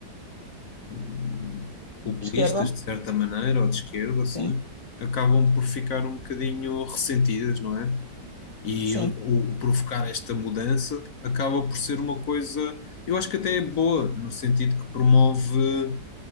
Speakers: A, on the left; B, on the left.
A: hum,
B: de
A: populistas,
B: esquerda,
A: de certa maneira, ou de esquerda, assim,
B: sim,
A: acabam por ficar um bocadinho ressentidas, não é? E
B: sim,
A: o, o provocar esta mudança acaba por ser uma coisa, eu acho que até é boa, no sentido que promove